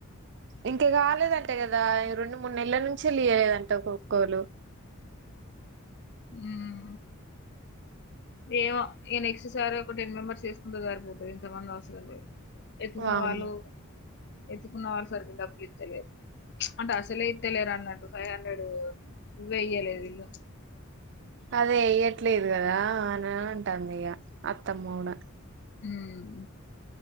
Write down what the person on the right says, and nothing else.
ఇంకా కాలేదండి అంతె కదా ఈ రెండు మూడు నెలల నుంచి లియలేదంట ఒకోక్కోలు
వామ్మో
అదే ఈయ్యట్లేదు గదా అని అంటంది ఇగ అత్తమ్మ గుడా